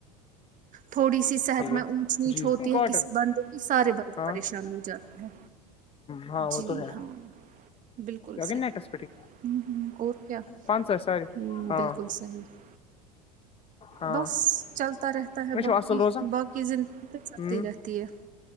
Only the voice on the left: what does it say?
صحیح ہے
جی
کاٹن
ہاں
ہاں وہ
تو ہے
لگنٹس
پٹی
پانچ سو سار
ہاں
ہاں
میں چھو
اصل روزان
ہ